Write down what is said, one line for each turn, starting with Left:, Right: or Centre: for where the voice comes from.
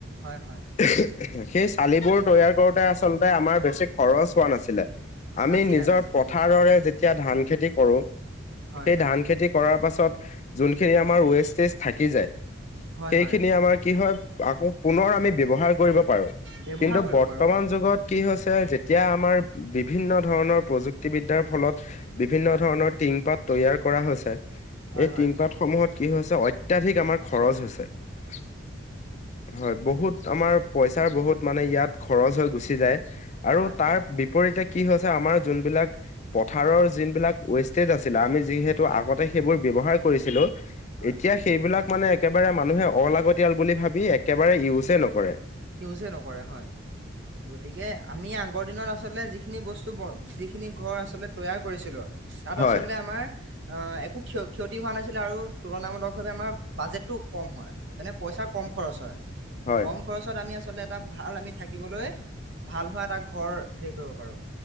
Right: হয় হয়
Left: সেই চালিবোৰ তৈয়াৰ কৰোতে আচলতে আমাৰ বেছি খৰচ হোৱা নাছিলে আমি
Right: নাছিলে
Left: নিজৰ
Right: নাছিলে
Left: পথাৰৰে
Right: নিশ্চয়
Left: যেতিয়া ধান খেতি কৰো
Right: হয়
Left: সেই
Right: হয়
Left: ধান খেতি কৰাৰ পাছত ত যোনখিনি আমাৰ ৱেষ্টেজ থাকি যায়
Right: হয় হয়
Left: খিনি আমাৰ কি হয় আকৌ পুনৰ আমি ব্যৱহাৰ কৰিব পাৰো
Right: ব্যৱহাৰ
Left: কিন্তু
Right: কৰিব
Left: বৰ্তমান
Right: পাৰো হয়
Left: যুগত কি হৈছে এতিয়া আমাৰ বিভিন্ন ধৰণৰ প্ৰযুক্তিবিদ্যাৰ ফলত বিভিন্ন
Right: হয়
Left: ধৰণৰ টিংপাত তৈয়াৰ কৰা হৈছে
Right: হয়
Left: এই
Right: হয়
Left: টিনপাত সমূহত কি হৈছে অত্যাধিক আমাৰ খৰচ হৈছে। হয় বহুত আমাৰ পইচাৰ বহুত মানে ইয়াত খৰচ হৈ গুচি যায় আৰু
Right: হয় হয়
Left: তাৰ বিপৰীতে কি হৈছে আমাৰ যোনবিলাক পথাৰৰ যোনিবিলাক ৱেষ্টেজ আছিলে আমি যিহেতু
Right: হয়
Left: আগতে সেইবোৰ ব্যৱহাৰ কৰিছিলো।
Right: হয়
Left: এতিয়া
Right: হয়
Left: সেইবিলাক মানে একেবাৰে মানুহে অলাগতিয়াল বুলি ভাবি একেবাৰে ইউজেই
Right: হয়
Left: নকৰে।
Right: ইউজে নকৰে হয় গতিকে আমি আগ আগৰ দিনত আচলতে যিখিনি বস্তু যিখিনি ঘৰ আচলতে তৈয়াৰ কৰিছিলোঁ তাত
Left: হয়
Right: আচলতে আমাৰ আহ একো ক্ষ ক্ষতি হোৱা নাছিলে আৰু তুলনামূলকভাৱে আমাৰ বাজেটটো কম হয়। এনে পইচা কম খৰচ হয়
Left: হয়
Right: কম খৰচত আমি আচলতে এটা ভাল আমি থাকিবলৈ ভাল হোৱা এটা ঘৰ হেৰি কৰিব পাৰোঁ